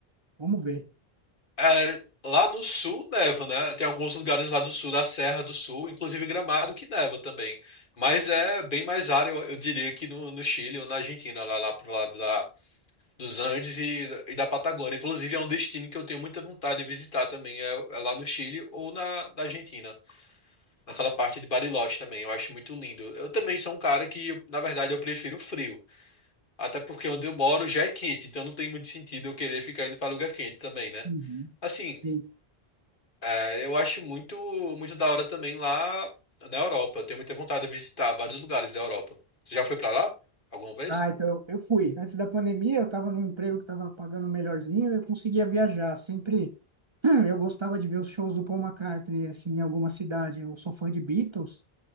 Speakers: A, on the right; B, on the left.
A: Vamos ver.
B: É, lá no sul neva, né? Tem alguns lugares lá do sul, da Serra do Sul, inclusive Gramado, que neva também. Mas é bem mais área, eu, eu diria, que no, no Chile ou na Argentina, lá, lá pro lado da, dos Andes e, e da Patagônia. Inclusive, é um destino que eu tenho muita vontade de visitar também, é, é lá no Chile ou na, na Argentina. Naquela parte de Bariloche também, eu acho muito lindo. Eu também sou um cara que, eu- na verdade, eu prefiro o frio. Até porque onde eu moro já é quente, então não tem muito sentido eu querer ficar indo para lugar quente também, né?
A: Uhum.
B: Assim,
A: Sim.
B: é, eu acho muito, muito da hora também lá na Europa. Eu tenho muita vontade de visitar vários lugares da Europa. Você já foi pra lá alguma vez?
A: Ah, então eu eu fui. Antes da pandemia, eu estava num emprego que estava pagando melhorzinho, eu conseguia viajar. Sempre <clears throat> eu gostava de ver os shows do Paul McCartney, assim, em alguma cidade. Eu sou fã de Beatles,